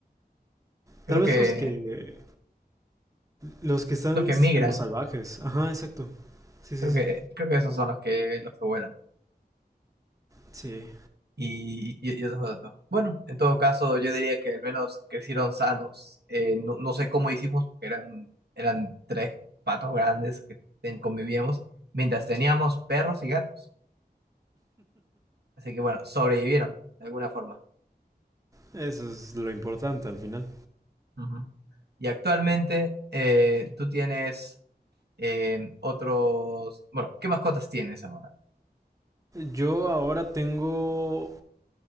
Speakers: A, on the right (about 75°); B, on the right (about 20°).
A: Creo
B: Tal vez
A: que
B: los que, los que están
A: Los que migran,
B: como salvajes. Ajá, exacto. Sí, sí,
A: creo
B: sí.
A: que, creo que esos son los que, los que vuelan.
B: Sí,
A: Y, y, y esos otros. Bueno, en todo caso, yo diría que al menos crecieron sanos. Eh, no, no sé cómo hicimos, porque eran, eran tres patos grandes que ten- convivíamos, mientras teníamos perros y gatos. Así que bueno, sobrevivieron de alguna forma.
B: eso es lo importante al final.
A: Ujú. Y actualmente eh, tú tienes eh, otros... Bueno, ¿qué mascotas tienes ahora?
B: Yo ahora tengo